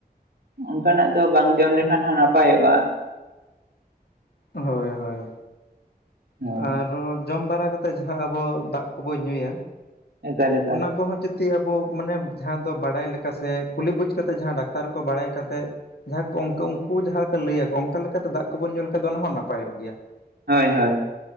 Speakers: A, on the right; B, on the left.
A: ᱚᱱᱠᱟᱱᱟᱜ ᱫᱚ, ᱵᱟᱝ ᱡᱚᱢ ᱞᱮᱠᱷᱟᱱ ᱦᱚᱸ, ᱱᱟᱯᱟᱭᱚᱜᱼᱟ ᱾
B: ᱦᱳᱭ ᱦᱳᱭ,
A: ᱦᱳᱭ
B: ᱟᱨᱦᱚᱸ, ᱡᱚᱢ ᱵᱟᱲᱟ ᱠᱟᱛᱮ ᱯᱮ ᱡᱟᱦᱟᱸ, ᱟᱵᱚ ᱫᱟᱜ ᱠᱚᱵᱚ, ᱧᱩᱭᱟ,
A: ᱮᱠᱟᱞ ᱮᱠᱟᱞ
B: ᱚᱱᱟ ᱠᱚᱦᱚᱸ, ᱪᱮ ᱛᱤ, ᱟᱵᱚ ᱢᱟᱱᱮ, ᱡᱟᱦᱟᱸ ᱫᱚ ᱵᱟᱲᱟᱭ ᱞᱮᱠᱟ ᱥᱮ, ᱠᱩᱞᱤ ᱵᱩᱡᱽ ᱠᱟᱛᱮᱫ, ᱡᱟᱦᱟᱸ ᱰᱟᱠᱛᱟᱨ ᱠᱚ, ᱵᱟᱲᱟᱭ ᱠᱟᱛᱮ ᱡᱟᱦᱟᱸ ᱠᱚ, ᱚᱱᱠᱟ ᱩᱱᱠᱩ ᱡᱟᱦᱟᱸ ᱞᱮᱠᱟ, ᱞᱟᱹᱭ ᱟᱠᱚ, ᱚᱱᱠᱟ ᱞᱮᱠᱟᱛᱮ, ᱫᱟᱜ ᱠᱚᱵᱚᱱ, ᱧᱩ ᱞᱮᱠᱷᱟᱱᱡ ᱫᱚ, ᱚᱱᱟ ᱦᱚᱸ, ᱱᱟᱯᱟᱭᱚᱜ ᱜᱮᱭᱟ ᱾
A: ᱦᱳᱭ ᱦᱳᱭ,